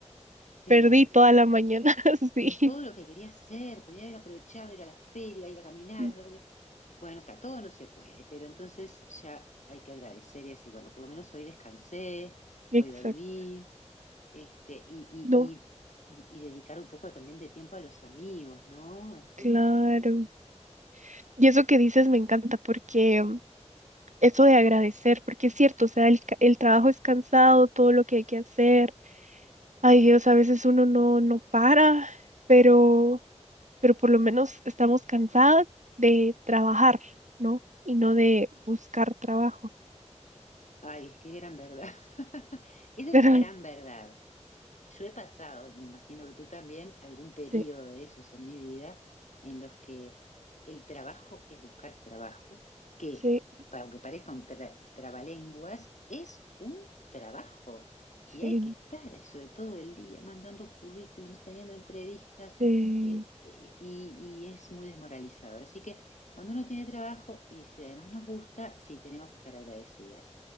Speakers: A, on the left; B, on the right.
A: Pero
B: Perdí
A: y aún,
B: toda la mañana, <laughs> sí.
A: con todo lo que quería hacer, podía haber aprovechado ir a la feria, ir a caminar.
B: Mm,
A: doble- Bueno, está todo, no se puede, pero entonces ya hay que agradecer y decir, bueno, por lo menos hoy descansé,
B: Exacto.
A: hoy dormí, este, y,
B: No,
A: y, y, y, y dedicar un poco también de tiempo a los amigos, ¿no? Este,
B: claro.
A: a compartir.
B: Y eso que dices me encanta porque mm, eso de agradecer, porque es cierto, o sea, el, ca- el trabajo es cansado, todo lo que hay que hacer. Ay Dios, a veces uno no, no para, pero... pero por lo menos estamos cansadas de trabajar, ¿no? Y no de buscar trabajo.
A: Ay, qué gran verdad. <laughs> Esa es
B: <laughs> ¿Verdad?
A: una gran verdad. Yo he pasado, me imagino que tú también, algún periodo
B: Sí,
A: de esos en mi vida en los que el trabajo es buscar trabajo, que,
B: sí,
A: pa- aunque parezca un tra- trabalenguas, es un trabajo.
B: sí,
A: Y hay que estar eso de todo el día, mandando currículums, teniendo entrevistas,
B: sí,
A: eh, eh, y, y es muy desmoralizador. Así que cuando uno tiene trabajo y si además nos gusta, sí, tenemos que estar agradecidas